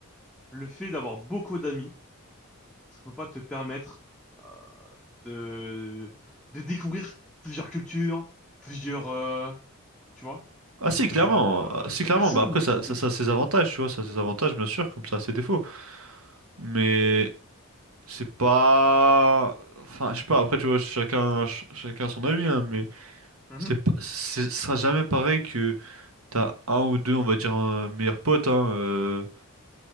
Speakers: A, in the centre; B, on the right (about 75°).
A: le fait d'avoir beaucoup d'amis ça peut pas te permettre euh, de de découvrir plusieurs cultures, plusieurs euh, tu vois,
B: Ah si,
A: plusieurs
B: clairement,
A: euh,
B: Ah, si,
A: plusieurs
B: clairement.
A: personnes
B: Bah après,
A: beaucoup
B: ça, ça,
A: plus.
B: ça a ses avantages, tu vois, ça a ses avantages, bien sûr, comme ça a ses défauts. Mais c'est pas... Enfin, je sais pas, après, tu vois, chacun, ch- chacun a son avis, hein, mais
A: Mhm.
B: c'est pas... c'est- ce sera jamais pareil que t'as un ou deux, on va dire, euh, meilleurs potes, hein, euh,